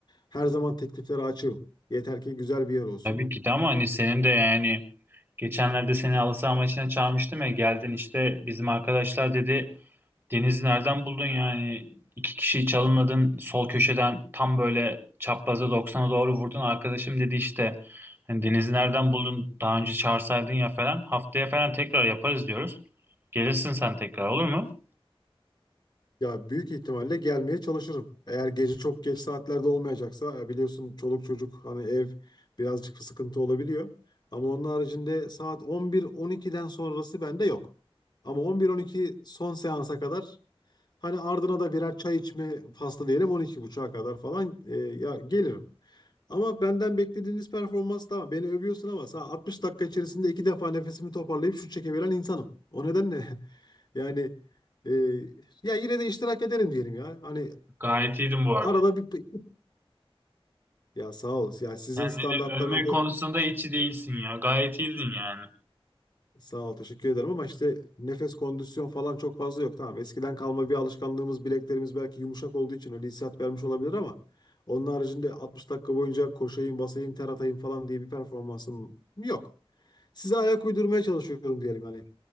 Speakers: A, on the left; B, on the right.
A: her zaman tekliflere açığım. Yeter ki güzel bir yer olsun.
B: Tabii ki de ama hani senin de yani geçenlerde seni halı saha maçına çağırmıştım ya geldin işte bizim arkadaşlar dedi Deniz nereden buldun yani? İki kişiyi çalımladın sol köşeden tam böyle çapraza 90'a doğru vurdun. Arkadaşım dedi işte hani Deniz'i nereden buldun? Daha önce çağırsaydın ya falan. Haftaya falan tekrar yaparız diyoruz. Gelirsin sen tekrar olur mu?
A: Ya büyük ihtimalle gelmeye çalışırım. Eğer gece çok geç saatlerde olmayacaksa e, biliyorsun çoluk çocuk hani ev birazcık sıkıntı olabiliyor. Ama onun haricinde saat 11-12'den sonrası bende yok. Ama 11-12 son seansa kadar hani ardına da birer çay içme faslı diyelim 12.30'a kadar falan e, ya gelirim. Ama benden beklediğiniz performans tamam. Beni övüyorsun ama sana 60 dakika içerisinde iki defa nefesimi toparlayıp şut çekebilen insanım. O nedenle <laughs> yani e, ya yine de iştirak ederim diyelim ya. Hani
B: Gayet iyiydin bu arada.
A: arada bir ya sağ ol. Ya sizin
B: Kendini
A: standartlarınızda
B: övme konusunda içi değilsin ya. Gayet iyiydin yani.
A: sağ ol. Teşekkür ederim ama işte nefes kondisyon falan çok fazla yok. Tamam. Eskiden kalma bir alışkanlığımız bileklerimiz belki yumuşak olduğu için öyle hissiyat vermiş olabilir ama onun haricinde 60 dakika boyunca koşayım, basayım, ter atayım falan diye bir performansım yok. size ayak uydurmaya çalışıyorum diyelim hani.